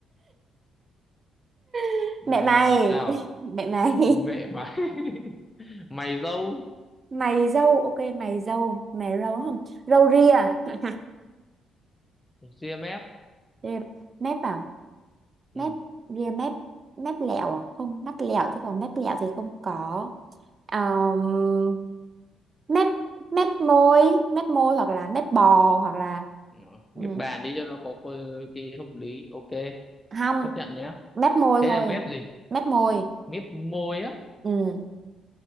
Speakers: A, on the right; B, on the left.
A: <laughs>
B: Ừ,
A: mẹ mày
B: sao
A: <laughs> mẹ mày
B: mẹ mà <laughs> mày dâu
A: <laughs> mày dâu ok mày dâu mày râu đúng không râu ria <laughs>
B: GMF
A: Ria- mép à
B: ừ.
A: mép ria mép mép lẹo à không mắt lẹo chứ còn mép lẹo thì không có um, mép mép môi mép môi hoặc là mép bò hoặc là
B: nó
A: ừ,
B: ghép bàn đi cho nó có cơ- cái hợp lý ok
A: không
B: chấp nhận nhá
A: mép môi
B: thế
A: thôi
B: là ghép gì
A: mép môi
B: ghép môi á
A: ừ